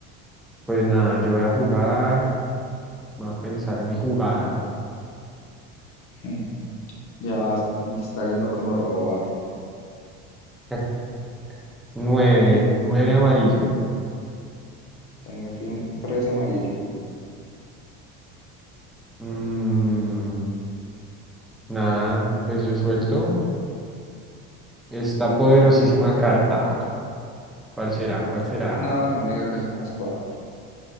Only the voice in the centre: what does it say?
Pues nada, yo voy a jugar. Voy a pensar mi jugada.
<laughs> 9, 9 amarillo.
Mm, nada, pues yo suelto esta poderosísima carta. ¿Cuál será? ¿Cuál será?